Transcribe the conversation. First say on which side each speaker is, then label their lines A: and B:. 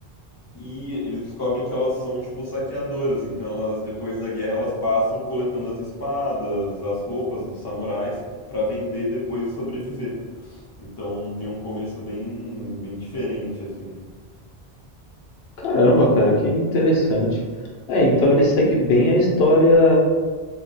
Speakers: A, on the left; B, on the left.
A: E eles descobrem que elas são tipo saqueadoras, então elas depois da guerra elas passam coletando as espadas, as roupas dos samurais pra vender depois e sobreviver. Então tem um começo bem bem diferente assim.
B: Caramba, cara, que interessante. É, então ele segue bem a história,